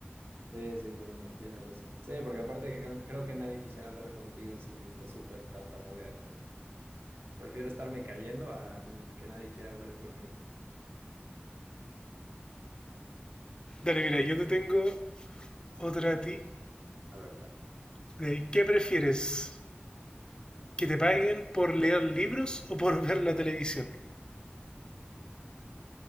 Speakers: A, on the right; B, on the left.
A: Sí, 100%, tienes razón. Sí, porque aparte que cre- creo que nadie quisiera hablar contigo si estás súper tartamudeando. y prefiero estarme cayendo a n- que nadie quiera hablar conmigo.
B: Dale, mira, yo te tengo otra a ti.
A: A ver, dale.
B: de, ¿Qué prefieres? ¿Que te paguen por leer libros o por ver la televisión?